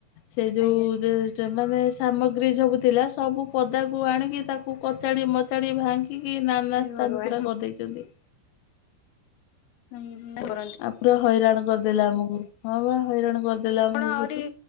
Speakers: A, on the left; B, on the left.
A: ସେ ଯୋଉ
B: ଆଜ୍ଞା
A: ଚ ମାନେ ସାମଗ୍ରୀ ସବୁ ଥିଲା ସବୁ ପଦାକୁ ଆଣିକି ତାକୁ କଚାଡ଼ି ମଚାଡ଼ି ଭାଙ୍ଗି କି ନାନା
B: ହେ
A: ସ୍ଥାନ
B: ଭଗବାନ।
A: ପୁରା କରିଦେଇଚନ୍ତି।
B: ହୁଁ ହୁଁ <unintelligible>
A: ଆଉ ପୁରା ହଇରାଣ କରିଦେଲା ଆମୁକୁ ହଁ ବା ହଇରାଣ କରିଦେଲା ଆମକୁ
B: ଆପଣ ଆହୁରି
A: ବହୁତ।